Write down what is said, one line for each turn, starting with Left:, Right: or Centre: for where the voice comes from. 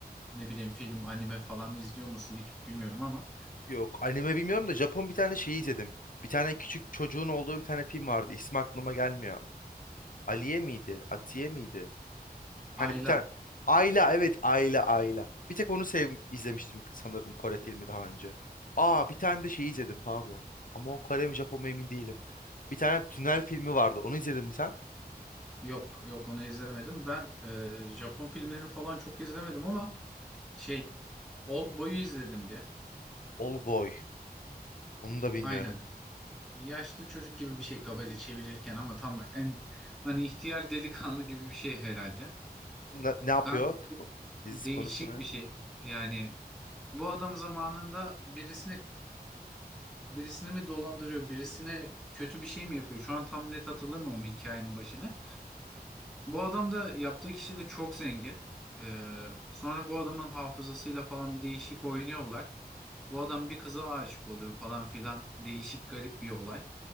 Centre: ne bileyim film, anime falan izliyor musun hiç bilmiyorum ama
Left: Yok anime bilmiyorum da Japon bir tane şeyi izledim. Bir tane küçük çocuğun olduğu bir tane film vardı. İsmi aklıma gelmiyor. Aliye miydi? Atiye miydi? Hani
Centre: Ayla
Left: bir tane Ayla evet Ayla Ayla. Bir tek onu sev izlemiştim sanırım Kore filmi daha önce. Aa bir tane de şey izledim pardon. Ama o Kore mi Japon mu emin değilim. Bir tane tünel filmi vardı. Onu izledin mi sen?
Centre: yok yok onu izlemedim. Ben e, Japon filmlerini falan çok izlemedim ama şey Oldboy'u izledim bir.
Left: All Boy. Onu da bilmiyorum.
Centre: Aynen. Yaşlı çocuk gibi bir şey kabaca çevirirken ama tam en hani ihtiyar delikanlı gibi bir şey herhalde.
Left: Ne, ne yapıyor?
Centre: Kanka
Left: Dizi
Centre: değişik
Left: konusu ne?
Centre: bir şey. Yani bu adam zamanında birisini birisini mi dolandırıyor, birisine kötü bir şey mi yapıyor? Şu an tam net hatırlamıyorum hikayenin başını. Bu adam da yaptığı kişi de çok zengin. Ee, sonra bu adamın hafızasıyla falan bir değişik oynuyorlar. Bu adam bir kıza aşık oluyor falan filan. Değişik garip bir olay.